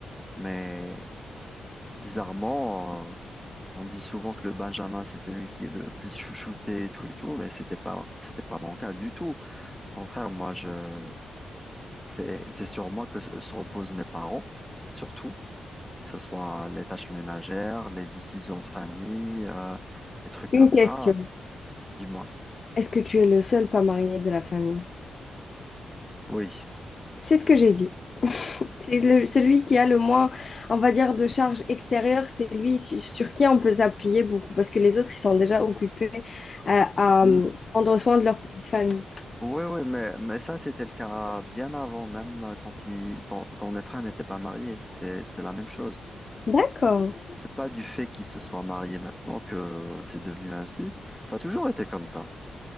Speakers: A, in the centre; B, on the left.
A: mais bizarrement, euh, on dit souvent que le Benjamin, c'est celui qui est le plus chouchouté et tout et tout, mais c'était pas, c'était pas mon cas du tout. Au contraire, moi, je, c'est, c'est sur moi que se se reposent mes parents, surtout, que ce soit les tâches ménagères, les décisions de famille, euh, des trucs
B: Une
A: comme
B: question.
A: ça. Dis-moi.
B: Est-ce que tu es le seul pas marié de la famille?
A: Oui.
B: C'est ce que j'ai dit. <laughs> C'est le- celui qui a le moins, on va dire, de charge extérieure, c'est lui su- sur, qui on peut s'appuyer beaucoup parce que les autres, ils sont déjà occupés à,
A: Mm.
B: à, euh, prendre soin de leur petite famille.
A: Oui, oui, mais, mais ça, c'était le cas bien avant, même euh, quand, il, quand, quand mes frères n'étaient pas mariés, c'était, c'était la même chose.
B: D'accord,
A: C'est pas du fait qu'ils se soient mariés maintenant que c'est devenu ainsi. Ça a toujours été comme ça.